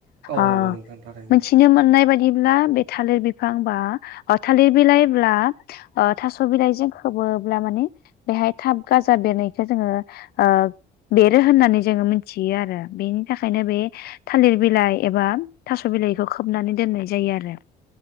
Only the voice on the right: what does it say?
औ
नंगौ नोंथां थारैनो